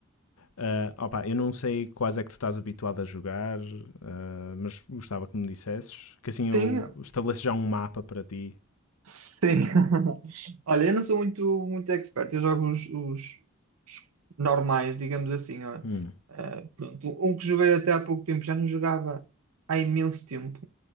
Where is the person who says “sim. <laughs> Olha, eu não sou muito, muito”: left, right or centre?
Right